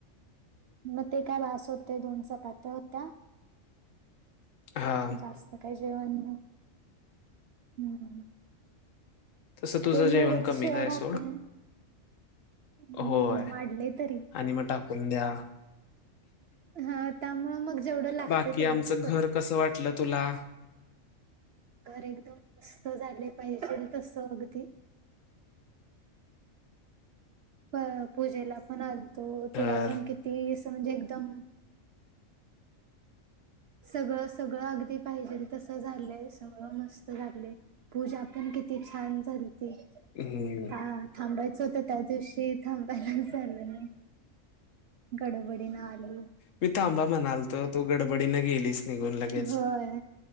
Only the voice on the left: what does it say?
हा
तसं तुझं
जेवण कमीच
आहे
सोड
होय
आणि मग द्या
बाकी
आमच घर
कसं वाट म्हटलं तुला.
घर
हम्म.
मी तांबा म्हणालतो तू गडबडीन गेलीस निघून लगेच.